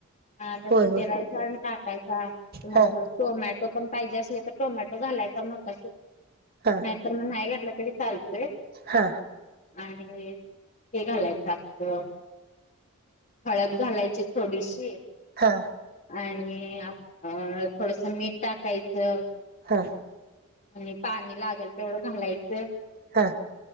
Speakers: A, on the left; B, on the right.
A: ा तस
B: होय
A: चिरायचा
B: होय
A: आणि टाकायचा तुम्हाला
B: हा
A: ज टोमॅटो पण पाहिजे असले तर टोमॅटो घालायचा मोठा श
B: हा
A: नाहीतर मग नाही घटलं तरी चालतोय
B: हा
A: आणि ते घालायचं आपलं हळद घालायची थोडीशी
B: हा
A: आणि थोडस मीठ टाकायचं
B: हा
A: आणि पाणी लागेल तेवढं घालायचं
B: हा